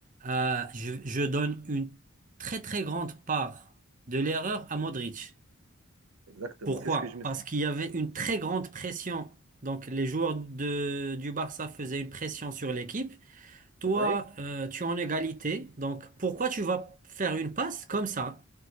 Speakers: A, on the right; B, on the right.
A: euh, je, je donne une très très grande part de l'erreur à Modric.
B: Exactement,
A: Pourquoi?
B: c'est ce que je me
A: Parce
B: suis
A: qu'il
B: dit.
A: y avait une très grande pression. Donc, les joueurs de, du Barça faisaient une pression sur l'équipe. Toi,
B: Oui,
A: euh, tu es en égalité. Donc, pourquoi tu vas faire une passe comme ça?